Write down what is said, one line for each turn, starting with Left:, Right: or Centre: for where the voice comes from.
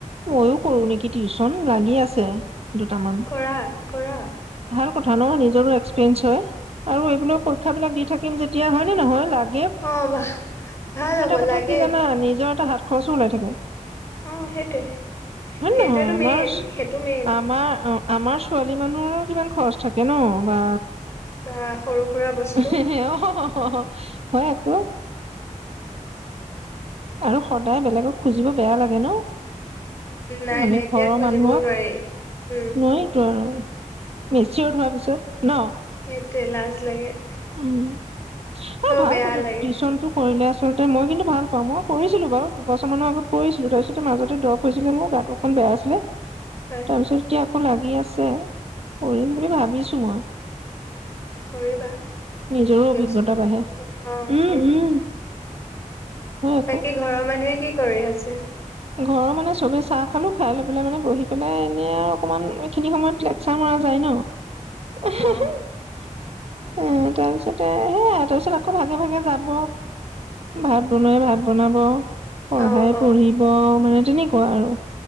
Right: মইয়ো কৰো নেকি কি টিউচন লাগি আছে। দুটামান
Left: কৰা, কৰা।
Right: ভাল কথা ন' নিজৰো এক্স টন্স হয় আৰু এইবিলাক পৰীক্ষা বিলাক দি থাকিম যেতিয়া হয় নহয় লাগ
Left: অ', বা ভাল হ'ব
Right: কথা
Left: লাগে।
Right: কি জানা নিজৰ এটা হাত খৰচো ওলাই থাকে।
Left: অ', সেইটোৱে
Right: নে
Left: সেইটোৱেটো
Right: নহয় আমাৰ
Left: মেইন, সেইটো মেইন।
Right: আমাৰ অ আমাৰ ছোৱালী মানুহৰো কিমান খৰচ থাকে ন' বা।
Left: বা সৰু সুৰা বস্তু
Right: অহ, অহ, অহ। হয় আকৌ। আৰু সদায় বেলেগক খুজিব বেয়া লাগে ন'।
Left: নাই
Right: মানে
Left: নাই এতিয়া
Right: ঘৰৰ
Left: খুজিবও
Right: মানুহক
Left: নোৱাৰি উম
Right: নোৱাৰিটো আৰু। মিসিত হোৱাৰ পিছত ন'।
Left: সেইটোৱে লাজ লাগে।
Right: উম, আৰু ভাল
Left: বেয়া
Right: কথাটো
Left: লাগে
Right: টিউচনটো কৰিলে আ আচলতে মই কিন্তু ভাল পাওঁ মই কৰিছিলো বাৰু দুবছৰ মানৰ আগত কৰিছিলো তাৰপিছতে মাজতে দৰৱ হৈছিলে মোৰ গাটো অকণ বেয়া আছিলে।
Left: হয়
Right: তাৰ পিছত এতিয়া আকৌ লাগি আ আছে, কৰিম বুলি ভাবিছো মই।
Left: কৰিবা।
Right: নিজৰো অভিজ্ঞতা
Left: ব্যস্ত হৈ
Right: বাঢ়ে
Left: থাকিবা
Right: উম,
Left: অ সেইটোৱে
Right: উম। হয় আকৌ
Left: বাকী ঘৰৰ মানুহে কি কৰি আছে।
Right: ঘৰৰ মানে চবে চাহ খালোঁ, খাই লৈ পেলাই মানে বহি পেলাই এনে আৰু অকমান এইখিনি সময়ত লেকচাৰ মাৰা যায় ন'।
Left: অ
Right: <inaudible> এ তাৰপিছতে সেয়া তাৰপিছত আকৌ ভাগে, ভাগে যাব, ভাত বনোৱাই ভাত বনাব। পঢ়াই
Left: অ অ
Right: পঢ়ি মানে তেনেকুৱা আৰু